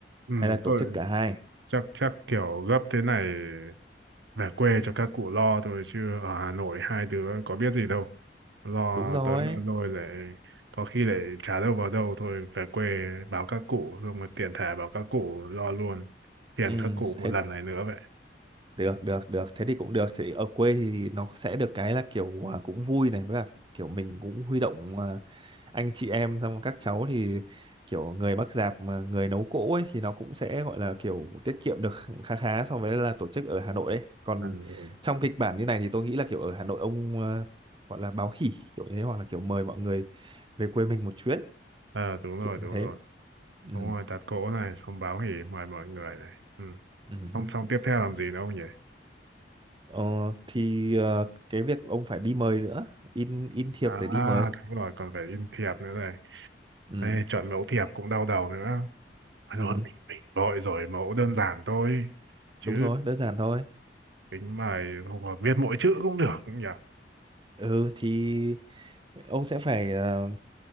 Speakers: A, on the right; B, on the right.
A: ừ
B: hay là tổ
A: thôi
B: chức cả hai?
A: chắc chắc kiểu gấp thế này về quê cho các cụ lo thôi chứ ở Hà Nội hai đứa có biết gì đâu lo
B: Đúng rồi.
A: tới lo lôi lại có khi lại chả đâu vào đâu thôi về quê báo các cụ xong rồi tiện thể báo các cụ lo luôn phiền
B: Ừ,
A: các cụ
B: thế
A: một lần này nữa vậy
B: được được được thế thì cũng được thì ở quê thì nó sẽ được cái là kiểu à, cũng vui này với cả kiểu mình cũng huy động à, anh chị em xong rồi các cháu thì kiểu người bác dạp mà người nấu cỗ ấy thì nó cũng sẽ gọi là kiểu tiết kiệm được <laughs> khá khá so với là tổ chức ở Hà Nội ấy còn
A: ừ. ừ.
B: trong kịch bản như này thì tôi nghĩ là kiểu ở Hà Nội ông ờ, gọi là báo hỉ kiểu như thế hoặc là kiểu mời mọi người về quê mình một chuyến
A: ờ đúng rồi
B: kiểu
A: đúng
B: như thế
A: rồi
B: ừ.
A: đúng rồi đặt cỗ này xong báo hỉ mời mọi người này ừ.
B: Ừ.
A: xong xong tiếp theo làm gì nữa không nhỉ
B: Ờ, thì ờ, cái việc ông phải đi mời nữa in in thiệp
A: À
B: để đi mời
A: đúng rồi, còn phải in thiệp nữa này.
B: ừ.
A: Đây, chọn mẫu thiệp cũng đau đầu nữa. À,
B: Ừ.
A: Thôi mình, mình vội rồi mẫu đơn giản thôi. Chứ
B: đúng rồi đơn giản thôi
A: tính mày không hợp viết mỗi chữ cũng được cũng nhỉ.
B: ừ thì ông sẽ phải ờ,